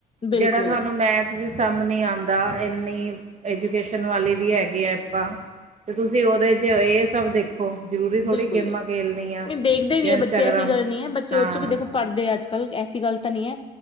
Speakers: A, on the left; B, on the right.
A: ਬਿਲਕੁਲ
B: ਜਿਹੜਾ ਤੁਹਾਨੂੰ ਮੈਥ ਦ ਸਮ ਨਹੀਂ ਆਂਦਾ ਇੰਨੀ ਐਜੂਕੇਸ਼ਨ ਵਾਲੇ ਹੈਗੀ ਆ ਆਪਾਂ ਤੇ ਤੁਸੀਂ ਉਹਦੇ ਚ ਇਹ ਸਭ ਦੇਖੋ ਜ਼ਰੂਰੀ ਥੋੜ੍ਹੀ
A: ਬਿਲਕੁਲ
B: ਗੇਮਾਂ
A: ਨਹੀਂ,
B: ਖੇਲਣੀਆਂ
A: ਨਹੀਂ ਦੇਖਦੇ ਵੀ
B: ਜਾਂ
A: ਹੈ ਬੱਚੇ
B: ਇੰਸਟਾਗ੍ਰਾਮ
A: ਐਸੀ ਗੱਲ ਨਹੀਂ ਐ ਬੱਚੇ
B: ਹਾਂ
A: ਉਹ ਚੋਂ ਵੀ ਦੇਖੋ ਪੜ੍ਹਦੇ ਆ ਅੱਜ- ਕੱਲ ਐਸੀ ਗੱਲ ਤਾਂ ਨਹੀਂ ਐ।